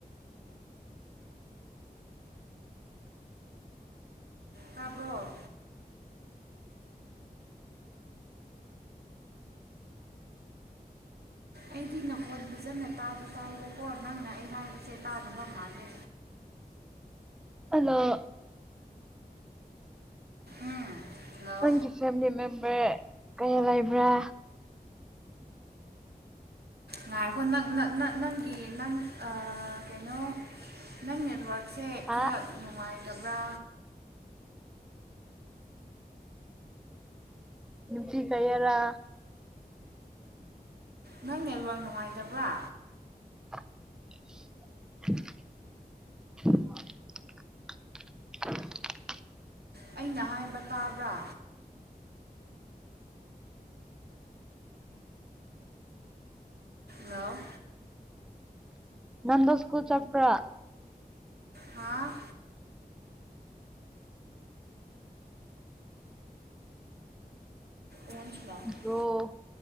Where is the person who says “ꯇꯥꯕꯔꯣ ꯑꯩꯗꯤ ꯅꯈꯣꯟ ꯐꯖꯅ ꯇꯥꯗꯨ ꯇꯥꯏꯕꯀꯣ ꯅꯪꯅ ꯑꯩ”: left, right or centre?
Right